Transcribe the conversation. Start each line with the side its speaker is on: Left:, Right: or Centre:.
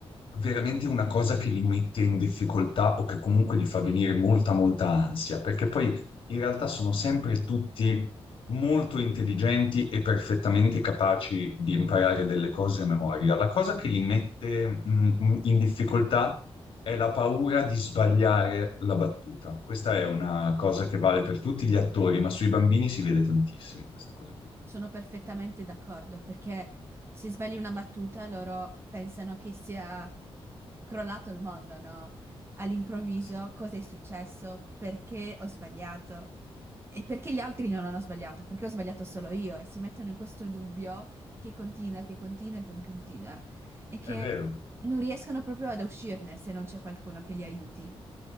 Left: veramente una cosa che li mette in difficoltà o che comunque gli fa venire molta, molta ansia, perché poi in realtà sono sempre tutti molto intelligenti e perfettamente capaci di imparare delle cose a memoria. La cosa che li mette mm, in difficoltà è la paura di sbagliare la battuta. Questa è una cosa che vale per tutti gli attori, ma sui bambini si vede tantissimo questa cosa qui.
Right: Sono perfettamente d'accordo perché se sbagli una battuta loro pensano che sia crollato il mondo, no? All'improvviso
Left: Eh sì,
Right: cosa è successo? Perché ho sbagliato? E perché gli altri non hanno sbagliato? Perché ho sbagliato solo io? E si mettono in questo dubbio che continua, che continua e che continua e che
Left: È vero.
Right: non riescono proprio ad uscirne se non c'è qualcuno che li aiuti.